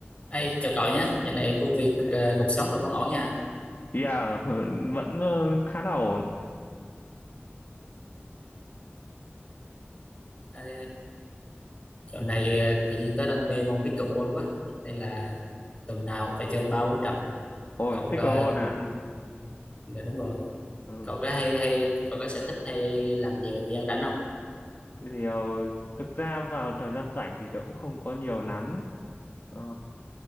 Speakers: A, on the left; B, on the left.
A: Hey, chào cậu nhé, giờ này công việc, ờ, cuộc sống rồi vẫn ổn nha.
B: Yeah, <laughs> vẫn ờ, khá là ổn.
A: À, dạo này ờ, tự nhiên tớ đang mê môn pickleball quá, nên là tuần nào cũng phải chơi ba bốn trận.
B: Ôi,
A: Cậu
B: pickleball
A: có, ừ,
B: à?
A: dạ đúng rồi,
B: Ừ.
A: cậu có hay hay cậu có sở thích hay làm gì vào thời gian rảnh không?
B: Thì ờ, thực ra vào thời gian rảnh thì tớ cũng không có nhiều lắm. Ờ,